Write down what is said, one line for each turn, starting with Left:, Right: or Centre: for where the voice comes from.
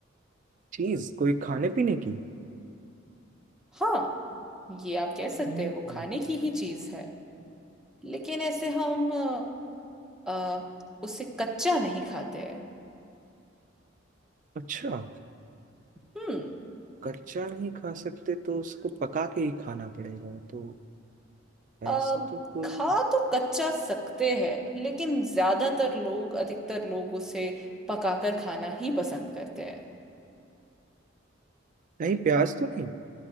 Right: चीज कोई खाने पीने की
Centre: हाँ ये आप कह सकते
Right: हम्म,
Centre: हैं वो खाने की ही चीज है लेकिन ऐसे हम अ, अ, उसे कच्चा नहीं खाते हैं
Right: अच्छा
Centre: हम्म
Right: कच्चा नहीं खा सकते तो उसको पका के ही खाना पड़ेगा तो
Centre: अ,
Right: ऐसा तो कोई
Centre: खा तो कच्चा सकते हैं लेकिन ज्यादातर लोग अधिकतर लोग उसे पकाकर खाना ही पसंद करते हैं
Right: नहीं प्याज तो नहीं